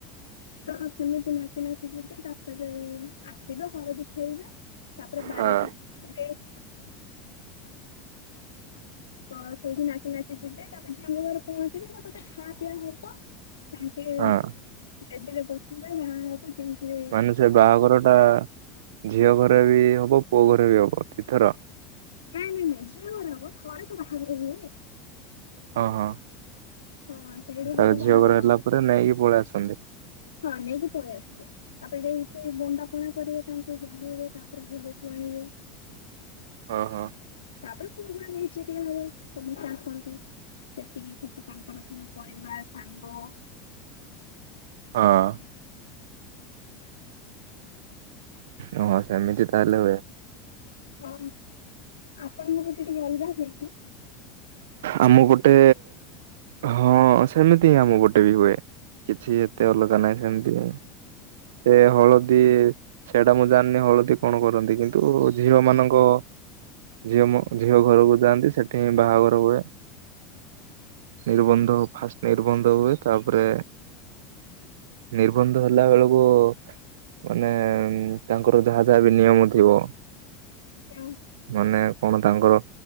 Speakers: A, on the left; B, on the right.
A: ତ ସେମିତି ନାଚି ନାଚି ଯିବେ ତାପରେ ଆସିବେ ଘରେ ଦେଖେଇବେ। ତାପରେ ବାରାତି
B: ହଁ
A: <unintelligible> ତ ସେଇଠି ନାଚି ନାଚି ଯିବେ ତାପରେ ଝିଅ <unintelligible> ଘରେ ପହଞ୍ଚିବେ ତ ଏପଟେ ଖା ପିଆ ହବ। ସାଙ୍ଗ ସାଗେ
B: ହଁ
A: ବେଦୀରେ ବସିବେ ମା ବାପ ଯେମିତି ଏ
B: ମାନେ ସେ ବାହାଘର ଟା ଝିଅ ଘରେ ବି ହବ, ପୁଅ ଘରେ ବି ହବ ଦି ଥର?
A: ନାଇଁ ନାଇଁ ନାଇଁ ଯିଏ ଘରେ ହବ ଥରେ ତ ବାହାଘର ହୁଏ।
B: ହଁ ହଁ।
A: ହଁ ସେଠି
B: ତା
A: ହବ ଭଲ
B: ଝିଅ
A: ବାହାଘର।
B: ଘର ହେଲା ନେଇକି ପଳେଇ ଆସନ୍ତି।
A: ହଁ ନେଇକି ପଳେଇ ଆସିବେ। ତାପରେ ଯଠି ବନ୍ଦାପଣା କରିବେ ତାଙ୍କୁ ବନ୍ଦେଇବେ ତାପରେ ଘରକୁ ଆଣିବେ।
B: ଓଁ ହଁ।
A: ତାପରେ ପୁଅ ଭଳେ ବହୁଛିତିକ ହୁଏ ସମସ୍ତେ ଆସନ୍ତି। ସେତିକି ସଠୁ ତାଙ୍କର ଥିବା ପରିବାର ସାଙ୍ଗ।
B: ହଁ। ହଁ ସେମିତି ତାହେଲେ ହୁଏ।
A: ହଁ ଆପଣଙ୍କ ଗଟେ ଟିକେ ଅଲଗା ହୁଏ କି
B: ଆମ ଗୋଟେ ହଁ ସେମିତି ହଁ ଆମ ଗୋଟେ ବି ହୁଏ କିଛି ଏତେ ଅଲଗା ନାହିଁ ସେମିତି ହଁ। ସେ ହଳଦୀ ସେଇଟା ମୁଁ ଜାଣିନି ହଳଦୀ କଣ କରନ୍ତି କିନ୍ତୁ ଝିଅ ମାନଙ୍କ ଝିଅ ମ ଝିଅ ଘରକୁ ଯାଆନ୍ତି ସେଠି ହିଁ ବାହାଘର ହୁଏ। ନିର୍ବନ୍ଧ ଫାଷ୍ଟ ନିର୍ବନ୍ଧ ହୁଏ ତାପରେ ନିର୍ବନ୍ଧ ହେଲା ବେଳକୁ ମାନେ ତାଙ୍କର ଯାହା ଯାହା ବି ନିୟମ ଥିବ।
A: ହଁ।
B: ମାନେ କଣ ତାଙ୍କର